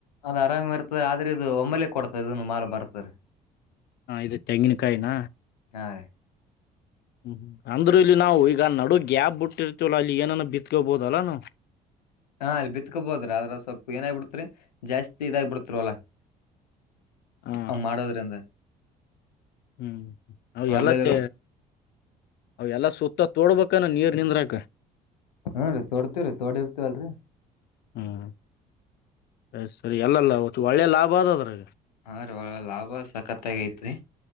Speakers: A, on the left; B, on the left.
A: ಅದ ಆರಾಮ್ ಇರ್ತದೆ ಆದ್ರೆ ಇದು ಒಮ್ಮಲೆ ಕೊಡ್ತದೆ ಇದನ್ ಮಾಲ್ ಬರ್ತದ
B: ಹಾ ಇದು ತೆಂಗಿನಕಾಯಿನ
A: ಹಾ ರೀ
B: ಹ್ಮ್ ಅಂದ್ರರು ಇಲ್ಲಿ ನಾವು ಈಗ ನಡುಗ್ ಗ್ಯಾಪ್ ಬಿಟ್ಟಿರ್ತತಿವಲ್ಲ ಅಲ್ಲಿ ಏನನ ಬಿತ್ಕೊಬೋದಲ್ಲಾ ನಾವು
A: ಹಾ ಅಲ್ಲಿ ಬಿತ್ಕೋಬೋದ್ರ ಆದ್ರ ಸ್ವಲ್ಪ ಏನಾಗ್ಬ ಬಿಡ್ತ್ರಿ ಜಾಸ್ತಿ ಇದಾಗ್ ಬಿಡ್ತತ ಹೋಲ್ಲಾ
B: ಹ
A: ಹಂಗ ಮಾಡೋದರಿಂದ
B: ಹ್ಮ್ ನ
A: ಹೊಲ್ದಲ್ಲಿ
B: ಎಲ್ಲ ತ್ತ
A: ಇರೋ
B: ಅವ ಎಲ್ಲ ಸುತ್ತ ತೋಡ್ಬೇಕಲ್ನ ನೀರ್ ನಿಂದ್ರಕ
A: ಹ್ಮನ್ ರೀ ತೋಡ್ತೀ ರೀ ತೋಡಿ ಇರ್ತವಲ್ರಿ
B: ಹ್ಮ್ ಅ ಸರಿ ಅಲ್ಲಲ್ಲತ್ತು ಒಳ್ಳೆ ಲಾಭ ಅದ ಅದ್ರಿ
A: ಹಾ ರೀ ಲಾಭ ಸಖತ್ತಾಗಿ ಐತ್ರಿ